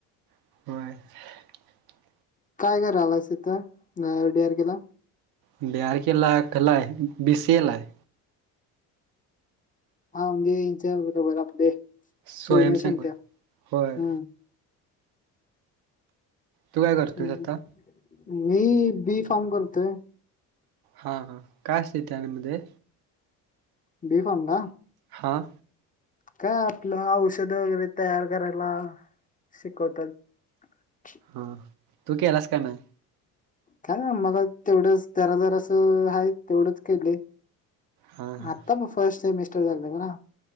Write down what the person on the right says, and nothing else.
म
बिर के लाखलाय बीसे ला आहे
स्वयंसेवक
होय
तू काय करतोय
आता
हा हा काय असते इथ मध्ये
हां
हा, तू केलास का नाय?
हां हां